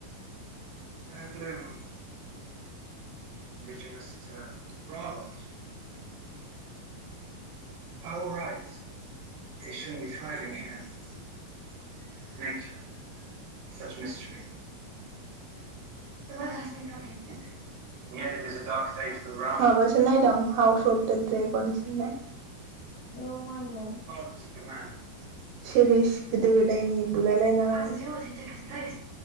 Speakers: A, on the right (about 80°); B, on the left (about 70°).
A: <unintelligible> <unintelligible> <unintelligible> <unintelligible> <unintelligible> <unintelligible>
B: औ मा एलाय?
A: <unintelligible> सेररिस गोदो गोदायनि बुलायलायनाय